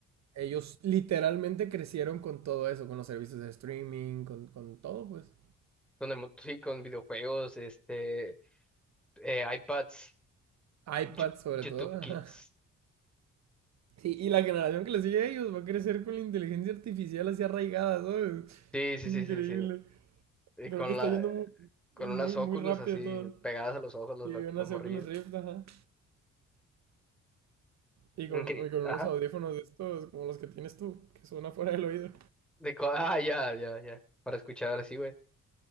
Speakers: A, on the right; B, in the centre.
A: ellos literalmente crecieron con todo eso, con los servicios de streaming, con, con todo, pues.
B: Con el, mo- sí, con videojuegos, este, eh, iPads,
A: iPad
B: Yu-
A: sobre
B: YouTube
A: todo.
B: Kids.
A: <laughs> Sí, y la generación que le sigue a ellos va a crecer con la inteligencia artificial así arraigada, ¿sabes?
B: Sí, sí,
A: Increíble.
B: sí, sí, sí. Y
A: Creo
B: con
A: que está
B: la,
A: yendo muy,
B: con
A: muy,
B: unas óculos
A: muy rápido
B: así
A: todo.
B: pegadas a los ojos, los,
A: Sí,
B: lo-
A: unas
B: los morrillos.
A: Oculus Rift, ajá. Y con,
B: Incre-
A: y con
B: ajá.
A: unos audífonos de estos, como los que tienes tú, que son afuera del oído.
B: De co- ah, ya, ya, ya. Para escuchar así, güey.